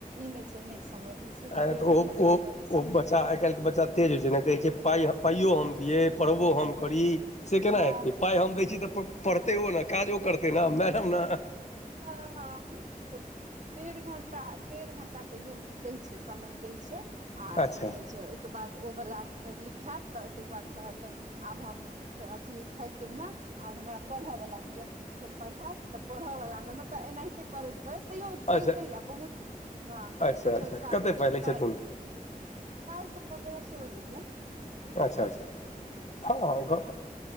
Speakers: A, on the right; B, on the left.
A: ई नहि छै नहि समय दै छै
B: अरे
A: डेढ़ो
B: तऽ ओ
A: घंटा
B: ओ
A: दऽ दै
B: ओ
A: छै
B: बच्चा आइ काल्हिके बच्चा तेज होइ छै जे कहैत छै पाइ पाइयो हम दियै पढ़बो हम करी से केना
A: हँ
B: हेतै पाइ हम दै छी तऽ पढ़तैो ने काजो करतै ने मैडम ने
A: हँ हँ तऽ डेढ़ घंटा डेढ़ घंटा तैयो दै छै समय दय छै आ
B: अच्छा
A: की कहे छै हि के बाद ओ वला लिखायत तऽ ताहिके बाद कहत आब हम तऽ अथी थाकेलहु हेँ आब हमरा पढ़यवला दिअ फेर पढ़त तऽ पढ़ऽ वला मे मतलब एनाहिते करैत करैत तैयो केलकै
B: अच्छा
A: या बहुत हँ
B: अच्छा
A: छोटका
B: अच्छा कतेक पाइ
A: छोटका
B: लै छथुन
A: पाय तऽ पन्द्रह सए ल य
B: अच्छा अच्छा हँ हँ घर